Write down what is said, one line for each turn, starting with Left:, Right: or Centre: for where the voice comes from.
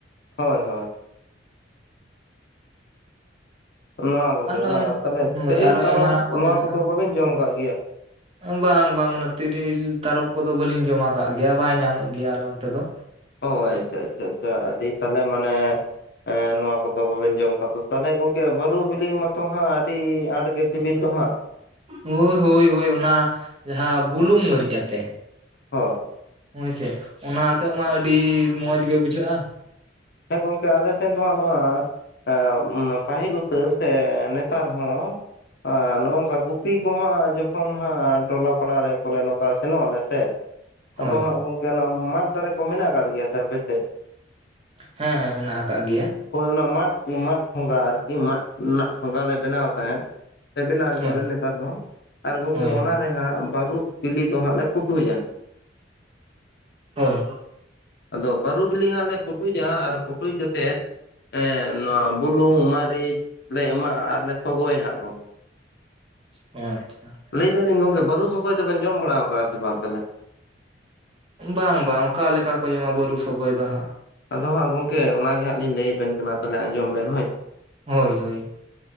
Left: ᱦᱳᱭ ᱦᱳᱭ᱾ ᱱᱚᱣᱟ ᱠᱚᱜᱮ
Right: ᱟᱨᱦᱚᱸ
Left: ᱵᱟᱝ ᱟᱨ ᱛᱟᱞᱦᱮ
Right: ᱦᱳᱭ
Left: ᱛᱤᱨᱤᱞ,
Right: ᱟᱨᱚ
Left: ᱛᱟᱨᱚᱵ
Right: ᱮᱢᱟᱱᱟᱜ ᱠᱚ
Left: ᱱᱚᱣᱟ
Right: ᱢᱮᱱᱟᱜᱼᱟ
Left: ᱠᱚᱫᱚ ᱵᱟᱵᱤᱱ ᱡᱚᱢ ᱟᱠᱟᱜ ᱜᱮᱭᱟ?
Right: ᱵᱟᱝ ᱵᱟᱝ ᱚᱱᱟ ᱛᱤᱨᱤᱞ, ᱛᱟᱨᱚᱵ ᱠᱚᱫᱚ ᱵᱟᱹᱞᱤᱧ ᱡᱚᱢ ᱟᱠᱟᱫ ᱜᱮᱭᱟ᱾ ᱵᱟᱭ ᱧᱟᱢᱚᱜ ᱜᱮᱭᱟ ᱚᱱᱛᱮ ᱫᱚ᱾
Left: ᱚ ᱟᱪᱪᱷᱟ ᱟᱪᱪᱷᱟ ᱟᱪᱪᱷᱟ ᱟᱹᱰᱤ ᱛᱟᱞᱦᱮ ᱢᱟᱱᱮ ᱮᱸ ᱱᱚᱣᱟ ᱠᱚᱫᱚ ᱵᱟᱵᱮᱱ ᱡᱚᱢ ᱟᱠᱟᱫ ᱫᱚ᱾ ᱛᱟᱦᱚᱞᱮ ᱜᱚᱝᱠᱮ ᱵᱟᱨᱩ ᱵᱤᱞᱤ ᱢᱟᱛᱚ ᱦᱟᱸᱜ ᱟᱰᱤ ᱟᱸᱴ ᱜᱮ ᱥᱤᱵᱤᱞ ᱫᱚ ᱦᱟᱸᱜ᱾
Right: ᱦᱳ ᱦᱳᱭ ᱦᱳᱭ ᱚᱱᱟ ᱡᱟᱦᱟ ᱵᱩᱞᱩᱝ ᱢᱟᱹᱨᱤᱪ ᱟᱛᱮ᱾
Left: ᱦᱳᱭ᱾
Right: ᱦᱳᱭᱥᱮ ᱚᱱᱟ ᱟᱛᱮᱫ ᱢᱟ ᱟᱰᱤ ᱢᱚᱡᱽ ᱜᱮ ᱵᱩᱡᱷᱟᱹᱜ-ᱟ᱾
Left: ᱦᱮᱸ ᱜᱚᱝᱠᱮ ᱟᱞᱮᱥᱮᱱ ᱫᱚ ᱦᱟᱸᱜ ᱱᱚᱣᱟ ᱮᱸ ᱯᱟᱹᱦᱤᱞ ᱩᱛᱚᱹᱨ ᱥᱮ ᱱᱮᱛᱟᱨ ᱦᱚᱸ ᱟᱨ ᱱᱚᱜ-ᱚᱝᱠᱟ ᱠᱩᱯᱤ ᱠᱚᱦᱚᱸ ᱟ ᱡᱚᱠᱷ ᱠᱷᱚᱱ ᱦᱟᱸᱜ ᱴᱚᱞᱟ ᱯᱟᱲᱟ ᱨᱮ ᱠᱚᱞᱮ ᱱᱚᱠᱟ ᱥᱮᱱᱚᱜ ᱟᱞᱮ ᱥᱮ᱾ ᱟᱫᱚ
Right: ᱦᱳᱭ
Left: ᱦᱟᱸᱜ ᱜᱚᱝᱠᱮ ᱜᱮ ᱚᱱᱟ ᱢᱟᱫ ᱫᱟᱨᱮ ᱠᱚ ᱢᱤᱱᱟᱜ ᱟᱠᱟᱫ ᱜᱮᱭᱟ ᱥᱮ ᱟᱯᱮᱥᱮᱫ?
Right: ᱦᱮᱸ ᱦᱮᱸ ᱢᱮᱱᱟᱜ ᱟᱠᱟᱫ ᱜᱮᱭᱟ᱾
Left: ᱦᱳᱭ ᱚᱱᱟ ᱢᱟᱫ ᱢᱟᱫ ᱴᱷᱚᱸᱜᱟ ᱟᱨᱠᱤ ᱢᱟᱫ ᱨᱮᱱᱟᱜ ᱴᱷᱚᱸᱜᱟ ᱞᱮ ᱵᱮᱱᱟ. ᱣ ᱛᱟᱦᱮᱸᱫ᱾ ᱥᱮ ᱵᱮᱱᱟ. ᱣ ᱜᱮᱭᱟᱞᱮ
Right: ᱦᱳᱭ
Left: ᱱᱮᱛᱟᱨ ᱦᱚᱸ ᱟᱨ ᱜᱚᱝᱠᱮ
Right: ᱦᱳᱭ
Left: ᱚᱱᱟ ᱨᱮᱦᱟᱸᱜ ᱵᱟᱹᱨᱩ ᱵᱤᱞᱤ ᱫᱚ ᱦᱟᱸᱜ ᱞᱮ ᱯᱩᱴᱷᱩᱡᱟ᱾
Right: ᱦᱮᱸ ᱦᱳᱭ᱾
Left: ᱟᱫᱚ ᱵᱟᱹᱨᱩ ᱵᱤᱞᱤ ᱦᱟᱸᱜ ᱞᱮ ᱯᱩᱴᱩᱡᱟ ᱟᱨ ᱯᱩᱴᱩᱡ ᱠᱟᱛᱮᱫ ᱮᱸ ᱱᱚᱣᱟ ᱵᱩᱞᱩᱝ ᱢᱟᱹᱨᱤᱪ ᱞᱮ ᱮᱢᱟᱜ-ᱟ ᱟᱨ ᱞᱮ ᱥᱚᱜᱚᱭᱟ ᱦᱟᱸᱜ ᱜᱟᱝ
Right: ᱚ ᱟᱪᱪᱷᱟ᱾
Left: ᱞᱟᱹᱭ ᱫᱟᱞᱤᱧ ᱜᱚᱝᱠᱮ ᱵᱟᱹᱨᱩ ᱥᱚᱜᱚᱭ ᱫᱚᱵᱮᱱ ᱡᱚᱢ ᱵᱟᱲᱟᱣ ᱟᱠᱟᱫ-ᱟ ᱥᱮ ᱵᱟᱝ ᱛᱟᱦᱚᱞᱮ?
Right: ᱵᱟᱝ ᱵᱟᱝ ᱚᱠᱟ ᱞᱮᱠᱟ ᱠᱚ ᱡᱚᱢᱟ ᱵᱟ. ᱨᱩ ᱥᱚᱜᱚᱭ ᱫᱚ ᱦᱟᱸᱜ?
Left: ᱟᱫᱚ ᱦᱟᱸᱜ ᱜᱚᱝᱠᱮ ᱚᱱᱟᱜᱮ ᱦᱟᱸᱜ ᱞᱤᱧ ᱞᱟᱹᱭ ᱟᱵᱮᱱ ᱠᱟᱱᱟ ᱛᱟᱦᱚᱞᱮ ᱟᱡᱚᱢ ᱵᱮᱱ ᱦᱳᱸᱭ ᱥᱮ᱾
Right: ᱦᱳᱸᱭ ᱦᱳᱸᱭ᱾